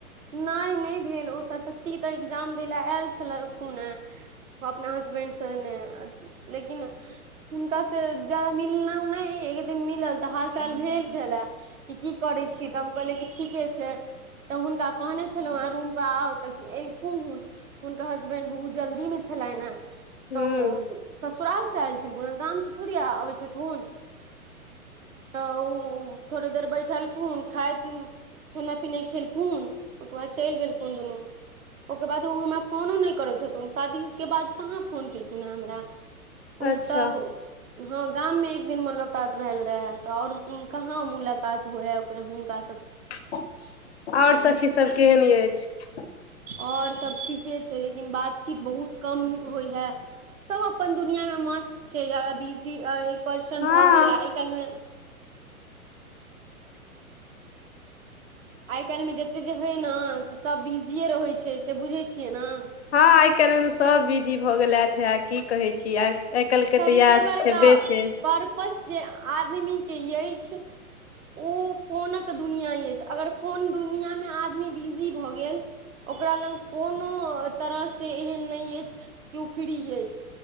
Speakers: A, on the right (about 60°); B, on the left (about 45°).
A: नै, नै भेल ओ सरसती तऽ इग्जाम दै ले आएल छलै अखुनै, उ अपना हसबेंड सेने अ लेकिन हुनका से जादा मिललौ नै एक दिन मिलल तऽ हाल-चाल भेल छलै कि की करै छी तऽ हम कहलियै कि ठीके छै तऽ हुनका कहने छलौ एं रूम पर आउ ते एलखू हुन, हुनकर हसबेंड बहुत जल्दी मे छलैन एं।
B: ह
A: तऽ उ ससुराल से आएल छलखुन ए, गाम से थोड़ी आ आबै छथुन। तऽ उ थोड़े देर बैठलखुन खाय उम्म खेनाय पिना खेलखुन। ओकर बाद चैल गेलखुन दुनु। ओकर बाद उ हमरा फोनो नै करै छथुन शादी के बाद कहाँ फोन केल। खुन हमरा <unintelligible> उ
B: अच्छा
A: सब उम्म हां। गाम में एक दिन मुलाकात भेल रहेै तऽ और उम्म कहाँ मुलाकात होय आब। और हुनका से।
B: <unintelligible> और सखी स। सब केहेन ऐछ। <unintelligible>
A: और सब ठीके छै लेकिन बातचीत बहुत कम होइ हय सब अपन। दुनियामे मस्त छै जादा बिजी ए परसन
B: हँ
A: भऽ गेलै आइ काएल मे। आइ काएल मे जते जे हय ने त सभ बिजीए रहै छै से बुझै छियै नै।
B: हां आइ काएल मे सब बिजी भऽ गेलैथ थै। की कहै छी आइ। काल्हिके
A: सबसे
B: तऽ इएह
A: बड़का
B: छेबे
A: -परपस
B: छै
A: जे आदमी। के ऐछ उ फोनक दुनिया ऐछ अगर फोन दुनिया मे आदमी बिजी भ गेल ओकरा लंग कोनो अ तरह से एहेन नै ऐछ की उ फ्री ऐछ